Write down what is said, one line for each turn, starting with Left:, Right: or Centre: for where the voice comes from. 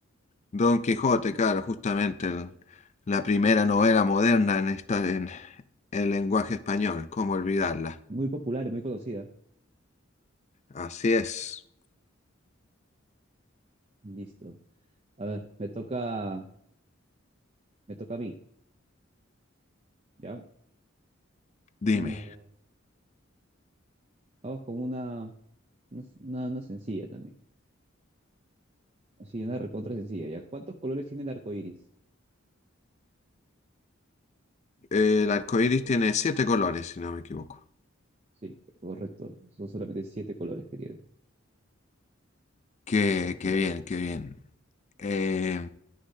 Left: Don Quijote, claro, justamente el- la primera novela moderna en estar en el lenguaje español, ¿cómo olvidarla?
Right: muy popular y muy conocida.
Left: Así es.
Right: Listo. A ver, me toca, me toca a mí, ¿ya?
Left: Dime,
Right: Mm, vamos con una, una, una- una sencilla también, así, una recontra sencilla, ¿ya? ¿Cuántos colores tiene el arco iris?
Left: el arco iris tiene siete colores, si no me equivoco.
Right: Sí, correcto, son solamente siete colores que tiene.
Left: Qué,
Right: Perfecto.
Left: qué bien, qué bien. Eh,